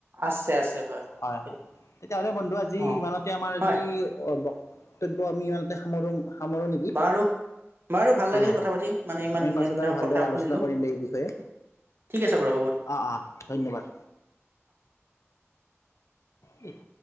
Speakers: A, on the right; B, on the left.
A: আছে আছে
B: হয়
A: ঠিকে
B: হয়,
A: ঠিকে
B: তেতিয়াহ'লে বন্ধু আজি
A: অ
B: ইমানত যে আমাৰ আজি
A: হয়
B: বক্তব্য আমি ইমানতে সা সামৰো নেকি।
A: বাৰু বাৰু ভাল
B: হয়
A: লাগিল
B: হয়
A: কথা পাতি মানে ইমান
B: আমি
A: ধুনীয়া
B: পাছত
A: ধুনীয়া
B: আৰু ভালদৰে
A: কথা শুনিলো।
B: আলোচনা কৰিম এই বিষয়ে
A: ঠিক আছে বাৰু হ'ব দিওক।
B: অ' অ' ধন্যবাদ। ইহ